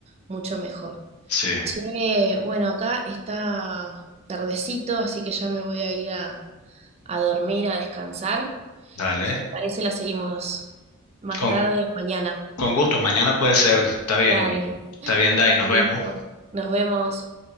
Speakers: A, on the right (about 30°); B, on the left (about 80°).
A: mucho mejor.
B: Sí,
A: Che, bueno, acá está tardecito, así que ya me voy a ir a, a dormir, a descansar.
B: dale.
A: Si te parece, la seguimos más
B: Con,
A: tarde, mañana.
B: con gusto, mañana puede ser. Está bien,
A: Dale.
B: está bien, Dai, nos
A: Listo.
B: vemos.
A: Nos vemos.